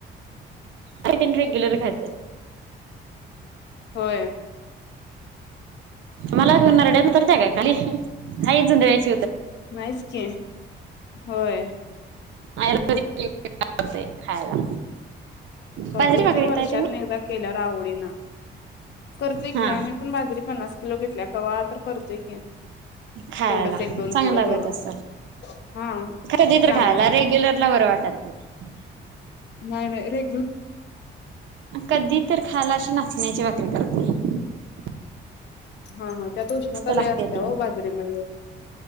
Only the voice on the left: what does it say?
हो
माचक होय
कधी
तर वर्षात
एकदा केलं आवडेल ना करर्चय
की आम्ही पण बाजरी पन्नास किलो घेतल्या कावा तर <unintelligible>
तेवढंच एक दोन
किलो
दळून
हा
चांगलं
लागतंय.
नाही नाही रे.
हा हा त्यात उष्णता लय
असत्ये
हो
बाजरीेमध्ये